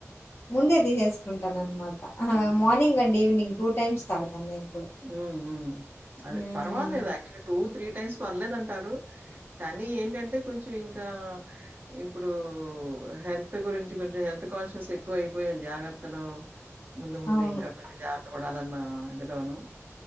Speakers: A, on the left; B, on the right.
A: ముందే తీసేసుకుంటానన్నమాట అ. హ.
B: ఆహా!
A: మార్నింగ్ అండి ఈవనింగ్ టూ టు టైమ్స్ తాగుతాను నేను కూడా.
B: ఉమ్ ఉమ్ అదే
A: హ్మ్.
B: పర్వాలేదు యాక్చువల్ టూ త్రీ టైమ్స్ పర్లేదుంటారు కానీ ఏంటంటే కొంచెం ఇంకా ఇప్పుడు హెల్త్ గురించి కొంచెం హెల్త్ కాన్షియస్ ఎక్కువ అయిపోయాం జాగ్రత్తలు ముందు ముందు
A: అవును.
B: ఇంకా కొన్ని జా పడాలన్న ఎందులోను